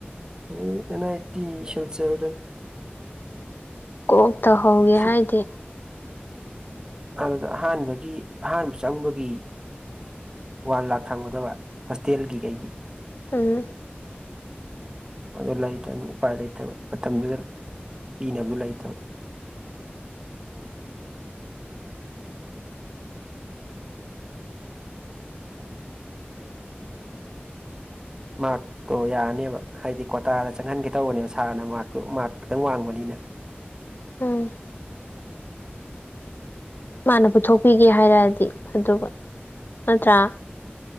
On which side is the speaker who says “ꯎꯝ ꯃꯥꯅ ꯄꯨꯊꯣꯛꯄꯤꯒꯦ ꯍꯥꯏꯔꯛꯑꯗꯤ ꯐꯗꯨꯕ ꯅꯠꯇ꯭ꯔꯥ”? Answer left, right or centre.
Left